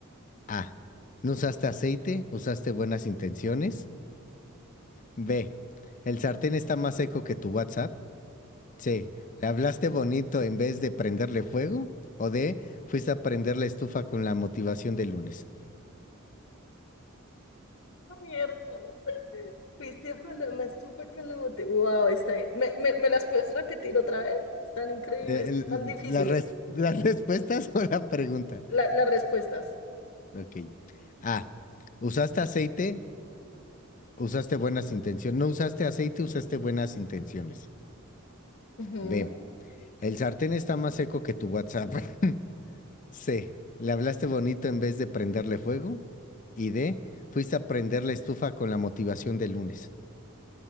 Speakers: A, on the left; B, on the left.
A: A. No usaste aceite, usaste buenas intenciones. B. El sartén está más seco que tu WhatsApp. Sí, le hablaste bonito en vez de prenderle fuego o de fuiste a prender la estufa con la motivación del lunes.
B: Miércoles, fuiste a prender la estufa con la botella. Wow, está bien. ¿Me, me, me las puedes repetir otra vez? Están increíbles,
A: Eh, el-
B: están difíciles.
A: la res- <laughs> las respuestas o la pregunta.
B: La- las respuestas.
A: Ok. A. Usaste aceite, usaste buenas intenciones. No usaste aceite, usaste buenas intenciones.
B: Ujú.
A: B. El sartén está más seco que tu WhatsApp. <laughs> C. Le hablaste bonito en vez de prenderle fuego. Y D. Fuiste a prender la estufa con la motivación del lunes.